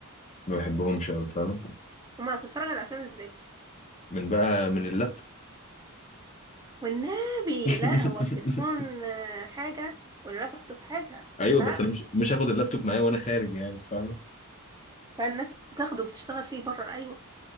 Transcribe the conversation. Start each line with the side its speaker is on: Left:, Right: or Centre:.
Left: ما بحبهمش قوي فاهم
Right: وما هتتفرج على افلام ازاي
Left: من بقى من اللابتوب
Right: والنبي
Left: <laughs>
Right: لا هو التليفون آه، حاجه واللابتوب حاجه
Left: ايوه
Right: لا
Left: بس انا مش مش هاخد اللابتوب معايا وانا خارج يعني فاهم
Right: لا الناس بتاخده وبتشتغل فيه بره ايوه